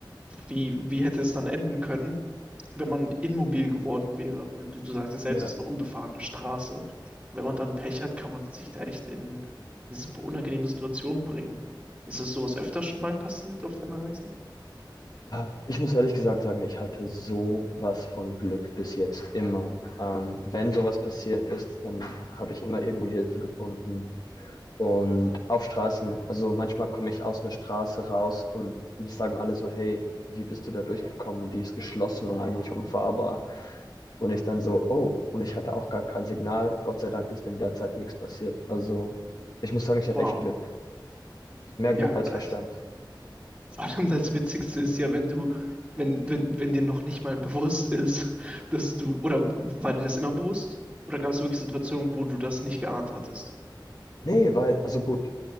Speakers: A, on the right (about 15°); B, on the left (about 55°).
A: Wie, wie hätte es dann enden können, wenn man immobil geworden wäre? Weil du, du sagst ja selbst,
B: Ja,
A: es ist eine unbefahrene Straße. Wenn man dann Pech hat, kann man sich da echt in eine super unangenehme Situation bringen. Ist es sowas öfter schon mal passiert auf deinen Reisen?
B: äh, ich muss ehrlich gesagt sagen, ich hatte sowas von Glück bis jetzt immer. Ähm, wenn sowas passiert ist, dann habe ich immer irgendwie Hilfe gefunden. Und auf Straßen, also manchmal komme ich aus einer Straße raus und sagen alle so, hey, wie bist du da durchgekommen? Die ist geschlossen und eigentlich unfahrbar. Und ich dann so, oh, und ich hatte auch gar kein Signal. Gott sei Dank ist in der Zeit nichts passiert. Also ich muss sagen, ich hatte
A: Wow.
B: echt Glück. Mehr
A: Ja,
B: Glück als
A: Alter.
B: Verstand.
A: Vor allem das Witzigste ist ja, wenn du, wenn, wenn, wenn dir noch nicht mal bewusst ist, dass du, oder war dir das immer bewusst? Oder gab es wirklich Situationen, wo du das nicht geahnt hattest?
B: Nee, weil, also gut,